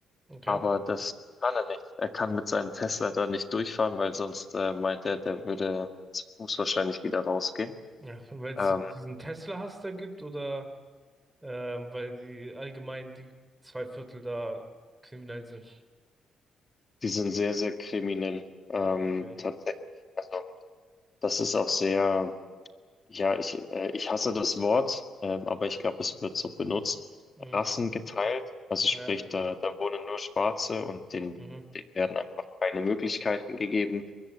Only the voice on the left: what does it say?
Aber das kann er nicht. Er kann mit seinem Tesla da nicht durchfahren, weil sonst äh, meint er, der würde zu Fuß wahrscheinlich wieder rausgehen.
Ähm,
die sind sehr, sehr kriminell, ähm,
tatsächlich. Also das ist auch sehr Ja, ich, äh, ich hasse das Wort, ähm, aber ich glaube, es wird so benutzt.
Rassen geteilt, also sprich,
da, da wohnen nur Schwarze und denen,
denen werden einfach keine Möglichkeiten gegeben,